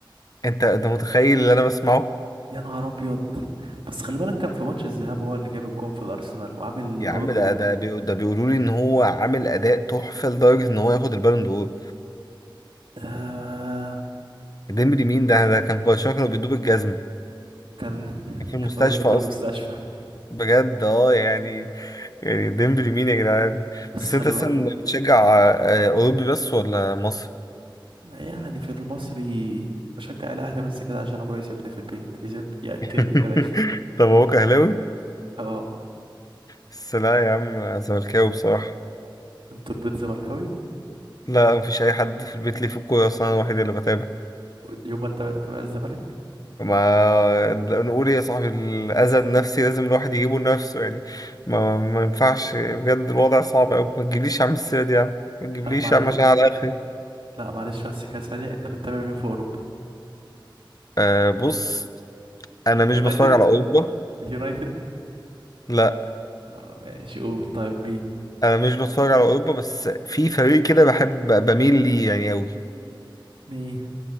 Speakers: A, on the left; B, on the right.
A: انت انت متخيل اللي انا بسمعه
B: يا نهار ابيض بس خلي بالك كان في ماتش الذهاب هو اللي جاب الجون في الارسنال وعامل
A: يا
B: برضو
A: عم ده ده بي- ده بيقولوا لي ان هو عامل اداء تحفه لدرجه ان هو ياخد البالون دور
B: آه
A: ديمبلي مين ده ده كان في برشلونه كانوا بيدوب الجزمه
B: كان <laughs>
A: كان في المستشفى
B: كانوا رامينه في
A: اصلا
B: المستشفى
A: بجد اه يعني يعني ديمبلي مين يا جدعان
B: بس
A: بس
B: خلي
A: انت اصلا
B: بالك
A: بتشجع آه، اوروبي بس ولا مصر
B: يعني في المصري بشجع الاهلي بس كده عشان ابويا يسيبني في البيت يسيب ياكلني
A: <laughs>
B: كده يشيل
A: طب هو اهلاوي
B: اه
A: بس لا يا عم زملكاوي بصراحة
B: انتوا البيت زملكاوي
A: لا مفيش أي حد في البيت ليه في الكورة أصلا أنا الوحيد اللي بتابع
B: يوم ما تتابع تتابع الزمالك
A: ما نقول إيه يا صاحبي الأذى النفسي لازم الواحد يجيبه لنفسه يعني ما, ما ينفعش بجد الوضع صعب أوي ما تجيبليش يا عم السيرة دي يا عم ما تجيبليش
B: لا معلش
A: يا عم عشان على آخري
B: لا معلش بس كده ثانيه انت بتتابع مين في اوروبا
A: أه بص أنا
B: اليونايتد
A: مش بتفرج على أوروبا
B: اليونايتد
A: لا
B: لا ماشي قول طيب مين
A: أنا مش بتفرج على أوروبا بس في فريق كده بحب بميل ليه يعني أوي
B: مين